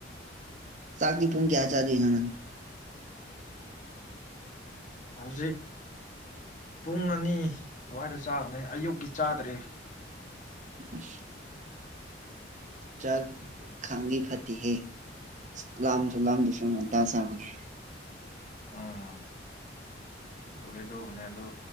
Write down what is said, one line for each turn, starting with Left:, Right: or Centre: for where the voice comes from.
Right: ꯁꯥꯥꯛꯗꯤ ꯄꯣꯡ ꯀꯌꯥ ꯆꯥꯗꯖꯅꯟ
Left: ꯍꯧꯖꯤꯛ ꯄꯨꯡ ꯑꯅꯤ ꯑꯗꯨꯋꯥꯏꯗ ꯆꯥꯒꯅꯦ ꯑꯌꯨꯛꯀꯤ ꯆꯥꯗ꯭ꯔꯦ
Right: ꯑꯁ ꯆ ꯈꯥꯡꯒꯤ ꯐꯇꯤꯍꯦ ꯂꯥꯝꯁꯨ ꯂꯥꯝꯗꯁꯨ ꯉꯟꯇꯥ ꯁꯥꯥꯕꯅꯦ
Left: ꯑꯥ ꯗꯣꯂꯤꯗꯨꯅꯦ ꯑꯗꯨ